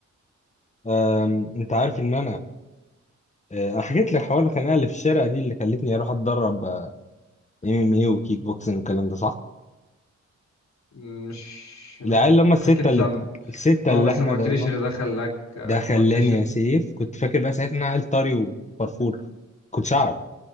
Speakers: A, on the left; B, on the left.
A: آم، انت عارف ان انا آه، أنا حكيت لك حوار الخناقه اللي في الشارع دي اللي خلتني اروح اتدرب ام ام ايه وكيك بوكسنج والكلام ده صح؟
B: م- مش ما
A: العيال
B: حكيت
A: اللي هم الستة
B: حكيت
A: اللي
B: لي عن
A: الستة
B: اه
A: اللي
B: بس
A: احنا
B: ما قلتليش
A: ضربناهم
B: ان ده خلاك
A: ده خلاني
B: ما قلتليش ان
A: يا سيف كنت فاكر بقى ساعتها ان أنا عيل طري وفرفور كنتش اعرف